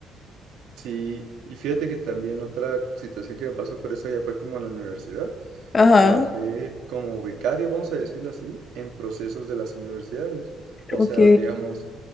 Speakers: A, on the right; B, on the left.
A: Sí, y fíjate que también otra situación que me pasó por eso ya fue como en la universidad.
B: <laughs> Ajá,
A: Trabajé como becario, vamos a decirlo así, en procesos de las universidades. O
B: ok,
A: sea, digamos,